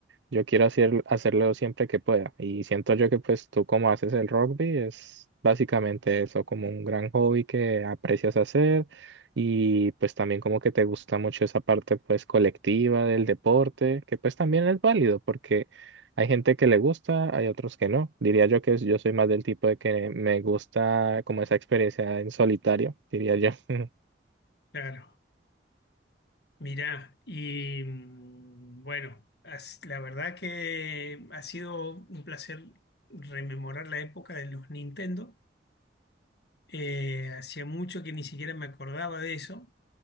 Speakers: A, on the right (about 90°); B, on the left (about 65°).
A: yo quiero hacer, hacerlo siempre que pueda. Y siento yo que pues tú como haces el rugby es básicamente eso, como un gran hobby que aprecias hacer y pues también como que te gusta mucho esa parte pues colectiva del deporte, que pues también es válido porque hay gente que le gusta, hay otros que no. Diría yo que es- yo soy más del tipo de que me gusta como esa experiencia en solitario, diría yo. <laughs>
B: Claro. Mirá, y mm, bueno, has- la verdad que ha sido un placer rememorar la época de los Nintendo. Eh, hacía mucho que ni siquiera me acordaba de eso